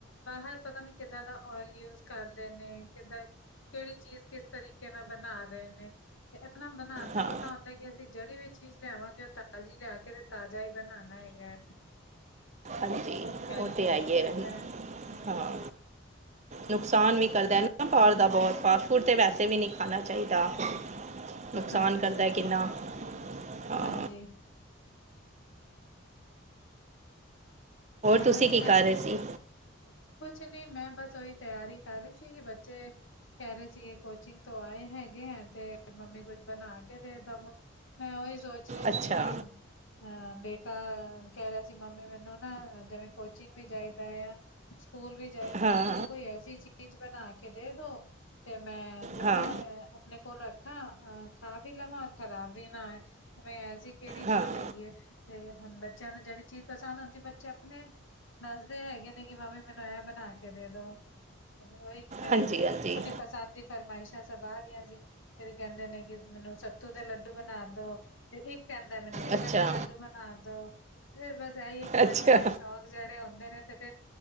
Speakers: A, on the left; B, on the right.
A: ਬਾਹਰ ਪਤਾ ਨੀ। ਕਿੱਦਾਂ ਦਾ ਓਇਲ ਯੂਜ ਕਰਦੇ ਨੇ ਕਿੱਦਾਂ ਕਿਹੜੀ ਚੀਜ਼ ਕਿਸ ਤਰੀਕੇ ਨਾਲ ਬਣਾ ਰਹੇ ਨੇ ਤੇ। ਆਪਣਾ ਬਣਾਉਣ ਦਾ
B: ਹਾਂ
A: ਪਤਾ ਹੈ। ਕੇ ਕਿ ਅਸੀਂ ਜਿਹੜੀ ਵੀ ਚੀਜ਼ ਲਿਆਵਾਂਗੇ। ਉਹ ਤਾਜ਼ੀ ਲਿਆ ਕੇ ਤੇ ਤਾਜ਼ਾ ਹੀ ਬਣਾਉਣਾ ਹੈਗਾ ਹੈ।
B: ਹਾਂਜੀ।
A: ਇਸ ਕਰਕੇ
B: ਉਹ ਤੇ ਹੈ ਹੀ ਹੈ
A: ਚ।
B: ਹਾਂ। ਨੁਕਸਾਨ ਵੀ ਕਰਦਾ ਦਾ ਬਹੁਤ ਫਾਸਟ ਫੂਡ ਤੇ ਵੈਸੇ ਵੀ ਨ ਖਾਣਾ ਚਾਹੀਦਾ। ਨੁਕਸਾਨ
A: ਹਾਂਜੀ
B: ਕਰਦਾ ਕਿੰਨਾ ਹਾਂ।
A: ਹਾਂਜੀ ਹੋਰ
B: ਤੁਸੀਂ ਕੀ
A: ਫੇਰ
B: ਕਰ ਰਹੇ
A: ਤੁੰ।
B: ਸੀ
A: ਕੁਛ ਨੀ। ਮੈਂ ਬਸ ਓਹੀ ਤਿਆਰੀ ਕਰ ਰਹੀ ਸੀਗੀ ਬੱਚੇ। ਕਹਿ ਰਹੇ ਸੀ। ਇਹ ਕੋਚਿੰਗ ਤੋਂ ਆਏ ਹੈਗੇ ਹੈ ਤੇ ਮੰਮੀ ਕੁੱਝ ਬਣਾ ਕੇ ਦੇ ਦਵੋ। ਮੈਂ ਉਹੀ ਸੋਚ ਰਹੀ
B: ਅੱਛਾ
A: ਸੀਗੀ। ਅਹ ਬੇਟਾ ਕਹਿ ਰਿਹਾ ਸੀ ਮੰਮੀ ਮੈਨੂੰ ਨਾ ਜਿਵੇਂ ਕੋਚਿੰਗ ਵੀ ਚਾਹੀਦਾ ਆ ਸਕੂਲ ਵੀ ਚਾਹੀਦਾ
B: ਹਾਂ
A: ਨਾ। ਫੇਰ ਇੰਨਾ ਨੂੰ ਕੋਈ ਐਸੀ ਚੀ ਚੀਜ਼ ਬਣਾ ਕੇ ਦੇ - ਦੋ ਤੇ ਮੈਂ ਜੋ
B: ਹਾਂ
A: ਮੈਂ ਆਪਣੇ ਕੋਲ ਰੱਖਾ ਅ ਖਾ ਵੀ ਲਵਾਂ। ਔਰ ਖਰਾਬ ਵੀ ਨਾ। ਵੇਂ ਐਸੀ ਕਿਹੜੀ
B: ਹਾਂ
A: ਚੀਜ਼ ਹੈਗੀ ਏ। ਤੇ ਹੁਣ ਬੱਚਿਆਂ ਨੂੰ ਜਿਹੜੀ ਚੀਜ਼ ਪਸੰਦ ਹੁੰਦੀ। ਆਪਣੇ ਦੱਸਦੇ ਹੈਗੇ ਨੇ ਕਿ ਮਮੀ ਮੈਨੂੰ ਇਹ ਬਣਾ ਕੇ ਦੇ ਦੋ ਉਹੀ। ਮੈਂ
B: ਹਾਂਜੀ ਹਾਂਜੀ
A: ਆਪਣੀ ਪਸੰਦ ਦੀ। ਫਰਮਾਇਸ਼ਾਂ ਸਭ ਅਰਹੀਆਂ ਜੀ। ਫੇਰ ਕਹਿੰਦੇ ਨੇ ਕਿ ਮੈਨੂੰ ਸੱਤੂ ਦੇ ਲੱਡੂ ਬਣਾ ਦੋ। ਇੱਕ ਕਹਦਾ ਮੈਨੂੰ ਬੇਸਣ
B: ਅੱਛਾ
A: ਤੇ ਲੱਡੂ ਬਣਾ ਦੋ। ਫੇਰ ਬਸ ਇਹੀ ਹੈ ਕਿ ਬੱਚਿਆਂ
B: ਅੱਛਾ
A: ਦੇ ਸ਼ੌਕ ਜਿਹੜੇ ਆਉਂਦੇ ਨੇ ਤੇ। ਫੇਰ